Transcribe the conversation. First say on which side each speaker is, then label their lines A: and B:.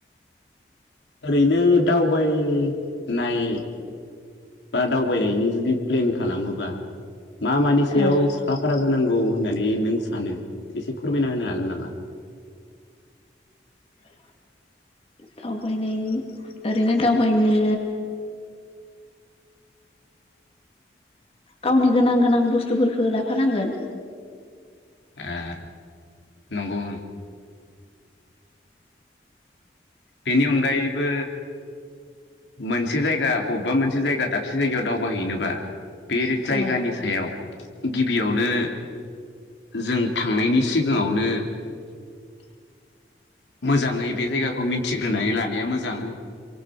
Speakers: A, on the left; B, on the left.
A: ओरैनो दावबायनाय बा दावबायनायनि जुदि प्लेन खालामोबा मा मानि सायाव
B: ओ
A: साखाफारा जानांगौ होननाय माने नों सानो एसे फोरमायना होनो हागोन नामा?
B: <inaudible> दावबायनाय ओरैनो दावबायनो गावनि गोनां गोनां बुसथुफोरखौ लाफानांगोन।
A: ओ नंगौ बेनि अनगायैबो मोनसे जायगा बबेबा मोनसे जायगा दाबसे जायगायाव दावबाय हैनोबा बे जायगानि
B: औ
A: सायाव गिबियावनो जों थांनायनि सिगाङावनो
B: <inaudible>
A: मोजाङै बे जायगाखौ मिथिग्रोनानै लानाया मोजां।